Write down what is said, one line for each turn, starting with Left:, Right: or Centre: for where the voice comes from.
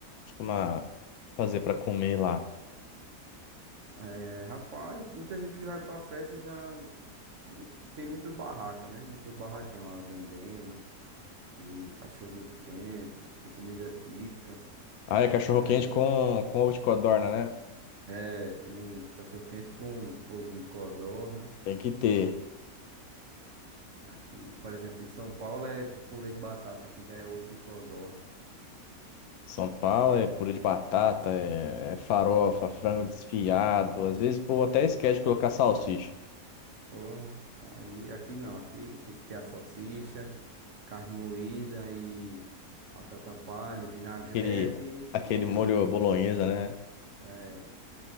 Left: costuma fazer pra comer lá?
Right: É, rapaz, muita gente que vai pra festa já não- tem muitas barracas, né? Muitas barraquinhas lá vendendo, e cachorro quente, tem comida típica.
Left: Ah, é cachorro
Right: Aí,
Left: quente com, com ovo de codorna, né?
Right: é, tem cachorro quente com ovinho de codorna.
Left: Tem que ter.
Right: Aqui, por exemplo, em São Paulo é com purê de batata, que já é ovo de codorna.
Left: São Paulo é purê de batata, é, é farofa, frango desfiado. Às vezes, pô, até esquece de colocar salsicha.
Right: Porra, aí aqui não, aqui tem que ter a salsicha, carne moída e batata palha, vinagrete
Left: Aquele, aquele
Right: e
Left: molho bolonhesa, né?
Right: é,